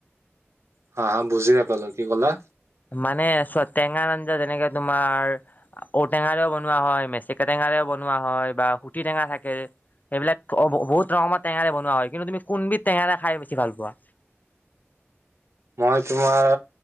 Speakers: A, on the right; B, on the left.
A: হা হা, বুজি নাপালো কি কলা?
B: মানে ছোৱা টেঙা আঞ্জা যেনেকে তোমাৰ ঔটেঙাও বনোৱা হয় মেচিকা টেঙা বনোৱা হয়, বা সুটি টেঙা থাকে সেইবিলাক বহুত ৰঙৰ টেঙোৰে বনোৱা হয় কিন্তু তুমি কোনবিধ টেঙোৰে খাই বেছি ভাল পোৱা?
A: মই তোমাৰ